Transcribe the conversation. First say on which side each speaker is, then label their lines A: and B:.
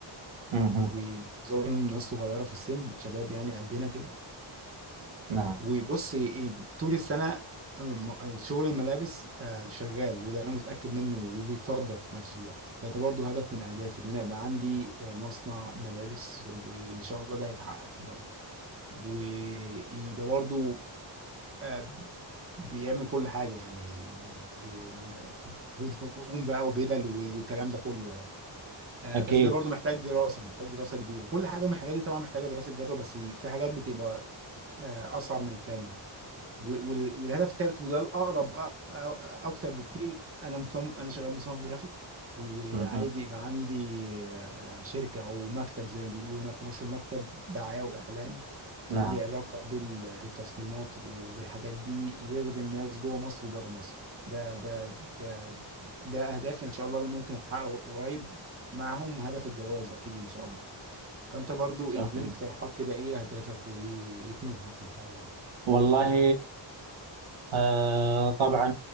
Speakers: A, on the right; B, on the right.
A: مه.
B: ومعظمهم ناس صغيره في السن شباب يعني قدنا كده
A: نعم
B: وبص إيه، طول السنة م- شغل الملابس آه، شغال وده انا متأكد منه وبيتصدر في نفس الوقت فده برضو هدف من اهدافي ان انا يبقى عندي آه، مصنع ملابس وان شاء الله ده هيتحقق قريب ويبقى برضو آه، بيعمل كل حاجة يعني بي- هدوم بقى وبدل و- والكلام ده كله يعني آه،
A: أكيد
B: بس ده برضو محتاج دراسة محتاج دراسة كبيرة كل حاجة من الحاجات دي طبعا محتاجة دراسة جدوى بس في حاجات بتبقى آه، اصعب من التانية و- وال- والهدف الثالث وده الاقرب أ- أ- اكتر بكتير انا مصمم انا شغال مصمم جرافيك وعايز
A: مه.
B: يبقى عندي آه، شركه او مكتب زي ما بيقولوا هنا في مصر مكتب دعايه واعلان
A: نعم
B: ليه علاقه بال- بالتصميمات وبالحاجات دي يخدم ناس جوه مصر وبره مصر ده ده ده ده اهدافي ان شاء الله اللي ممكن اتحقق قريب معاهم هدف الجواز اكيد ان شاء الله فانت برضو اديني
A: أوكي.
B: اقتراحات كده ايه اهدافك وايه إيه طموحك في الحياه
A: والله آه طبعا